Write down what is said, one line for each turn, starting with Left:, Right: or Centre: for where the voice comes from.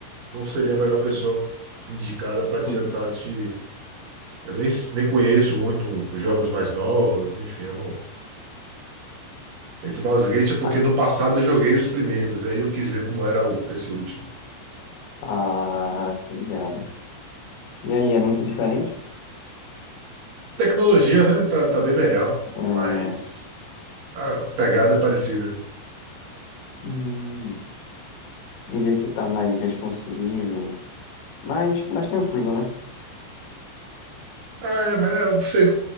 Right: não seria a melhor pessoa indicada
Left: <laughs>
Right: para
Left: Uhum.
Right: te estar te. Eu nem, nem conheço muito os jogos mais novos, enfim, eu não. Esse Baldur's Gate é porque
Left: Ai,
Right: no passado eu joguei os primeiros, aí eu quis ver como era o, esse último.
Left: Ah, tô ligado. E aí, é muito diferente?
Right: Tecnologia, né? Tá, tá bem melhor,
Left: Ah,
Right: mas a pegada é parecida.
Left: hum, diria que tá mais responsivo, mais, mais tranquilo, né?
Right: É, é, você,